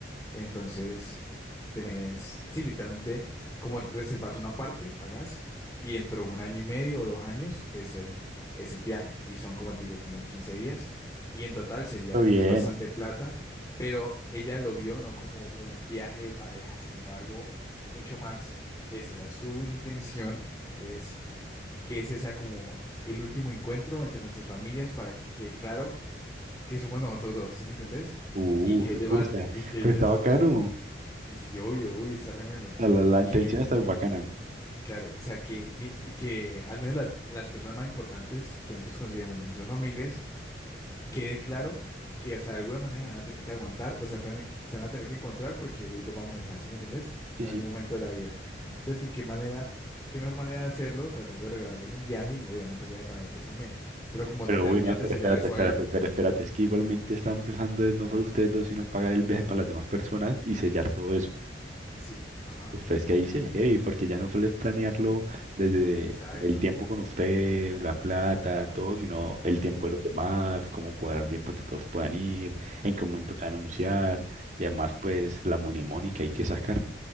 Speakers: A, on the left; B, on the right.
A: Entonces, tenés, sí, literalmente, como reservas una parte, pagas, y dentro de un año y medio o dos años es el, es el viaje. Y son, como te digo, como 15 días. Y en total sería,
B: Todo bien.
A: es bastante plata, pero ella lo vio no como un viaje de pareja, sino algo mucho más. esto, o sea, su intención es que ese sea como el último encuentro entre nuestras familias para que quede claro que somos nosotros dos, ¿sí me entendés?
B: Uh,
A: Y que ellos van
B: o
A: a
B: sea,
A: te- y que
B: pero
A: ellos
B: está bacano.
A: Sí, sí, obvio, obvio, está remelo.
B: la la, la intención
A: Que,
B: está bacana.
A: claro, o sea, que, ni- que al menos la- las personas más importantes que nosotros consideremos de nuestras familias, quede claro que, o sea, de alguna manera van a tener que aguantar, o sea, tener- se van a tener que encontrar porque ahí dos vamos a estar, ¿sí me entendés?
B: Sí,
A: En
B: sí.
A: algún momento de la vida. Entonces, que qué manera, qué mejor manera de hacerlo, tratando de regalarles un viaje y obviamente un viaje para nosotros también. Pero como
B: Pero
A: terminar
B: uy, no, pero
A: de sellar
B: espérate,
A: eso
B: espérate,
A: ahí.
B: espérate, espérate. Es que igualmente están empezando en no solo ustedes dos, sino pagar el viaje para las demás personas y sellar todo eso.
A: Sí, ajá,
B: Uf, es que
A: literalmente.
B: ahí sí es heavy, porque ya no solo es planearlo desde
A: Exacto,
B: el tiempo con usted, la plata, todo, sino el tiempo
A: exacto.
B: de los demás, cómo cuadrar bien para que todos puedan ir, en qué momento se va a anunciar, y además pues la money money que hay que sacar.